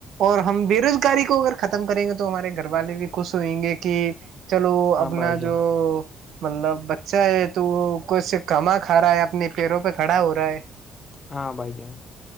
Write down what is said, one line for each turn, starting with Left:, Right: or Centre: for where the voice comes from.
Right: اور ہم بے روزگاری کو اگر ختم کریں گے تو ہمارے گھر والے بھی ک سوئیں گے کہ چلو
Left: ہاں
Right: اپنا
Left: بھائی جان
Right: جو <unintelligible> مطلب بچہ ہے تو وہ کچھ کھما کھا رہا ہے اپنے پیروں پہ کھڑا ہو رہا ہے
Left: ہاں بھائی جان